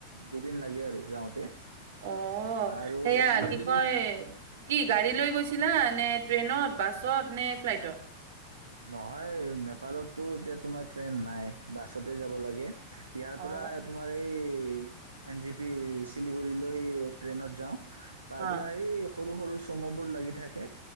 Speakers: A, on the right; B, on the right.
A: দুদিন লাগে। যাওঁতে
B: অ,
A: আৰু
B: সেয়া
A: এনে
B: কি
A: যদি
B: কয় কি গাড়ী লৈ <inaudible> চিলা নে ট্ৰেইনত, বাছত নে ফ্লাইটত।
A: নহয় নেপালতো এতিয়া তোমাৰ ট্ৰেইন নাই বাছতে যাব লাগে। ইয়াৰ
B: অ
A: পৰা তোমাৰ এই ৰেল এন জি পি শিলিগুৰিলৈ ট্ৰেইনত যাওঁ। তাৰ
B: হা
A: পৰা এই সৰু সৰু চমুবোৰ লাগি থাকে।